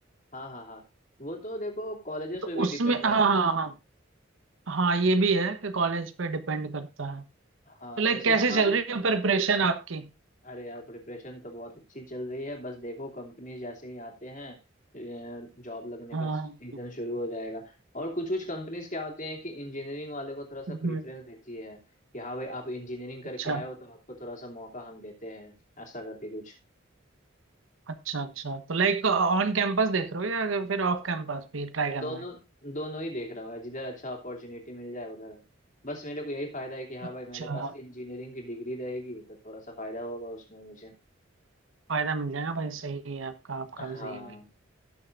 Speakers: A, on the left; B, on the right.
A: हाँ हाँ हाँ वो तो देखो कॉलेजेस
B: तो
A: पे भी
B: उसमें
A: डिपेंड करता
B: हाँ हाँ
A: है
B: हाँ हाँ ये भी है कि कॉलेज पे डिपेंड करता है
A: हाँ
B: तो लाइक
A: जैसे
B: कैसे
A: हमारे
B: चल रही है प्रिपरेशन आपकी
A: अरे यार प्रिपरेशन तो बहुत अच्छी चल रही है बस देखो कंपनी जैसे ही आते हैं जॉब लगने
B: हाँ
A: का सीजन शुरू हो जाएगा और कुछ कुछ कंपनीज क्या होती हैं कि इंजीनियरिंग वाले को थोड़ा सा
B: हम्म,
A: प्रेफरेंस देती है कि हाँ भाई आप इंजीनियरिंग करके
B: अच्छा
A: आए हो तो आपको थोड़ा सा मौका हम देते हैं ऐसा करके कुछ
B: अच्छा अच्छा तो लाइक ऑन कैंपस देख रहे हो या फिर ऑफ कैंपस भी ट्राई करना
A: दोनों
B: है
A: दोनों ही देख रहा हूँ यार, जिधर अच्छा अपॉर्चुनिटी मिल जाए उधर बस मेरे को यही फायदा है कि हाँ
B: अच्छा
A: भाई मेरे पास
B: हम्म,
A: इंजीनियरिंग की डिग्री रहेगी तो थोड़ा सा फायदा होगा उसमें मुझे
B: फायदा मिल जाएगा भाई सही है आपका आपका
A: हाँ
B: भी सही है भाई